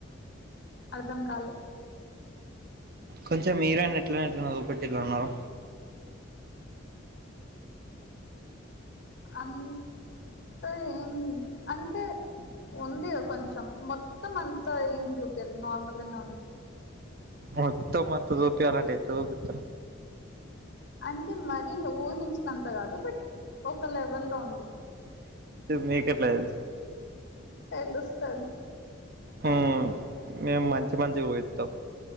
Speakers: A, on the left (about 55°); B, on the right (about 45°).
A: అర్ధంకాలే
B: కొంచెం మీరయిన ఎట్ల ఎట్లా <unintelligible> ఉన్నారు
A: అమ్ త ఏం అంటే ఉంది కొంచెం మొత్తం అం త ఏం చూపియలే నార్మల్ గానే ఉంది
B: మొత్తం అంత చూపియాలంటే ఎట్లా చూపిత్తరు
A: అంటే మరీ ను ఊహించినంత కాదు బట్ ఒక లెవెల్ లో ఉంది
B: మీకెట్ల తెల్సు
A: ఏళ్ళొస్తాను
B: ఊ మేము మంచి మంచిగా పోయోస్తామ్